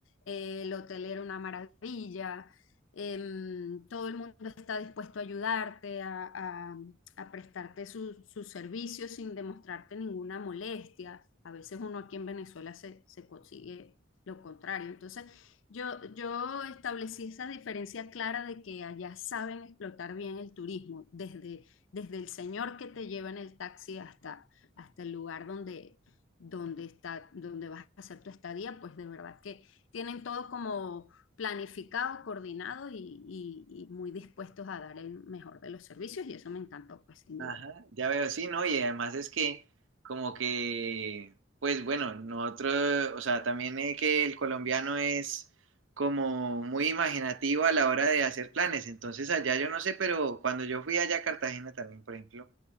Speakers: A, on the left; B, on the right.
A: Eh, el hotel era una maravilla, em, todo el mundo está dispuesto a ayudarte, a, a- a prestarte su- sus servicios sin demostrarte ninguna molestia. A veces uno aquí en Venezuela se, se consigue lo contrario. Entonces, yo, yo establecí esa diferencia clara de que allá saben explotar bien el turismo, desde, desde el señor que te lleva en el taxi hasta, hasta el lugar donde, donde, está, donde vas a hacer tu estadía, pues de verdad que tienen todo como planificado, coordinado y, y- y muy dispuestos a dar el mejor de los servicios y eso me encantó, pues sin
B: Ajá,
A: duda.
B: ya veo, sí, ¿no? Y además es que como que, pues bueno, nosotros, o sea, también es que el colombiano es como muy imaginativo a la hora de hacer planes. Entonces allá yo no sé, pero cuando yo fui allá a Cartagena también, por ejemplo,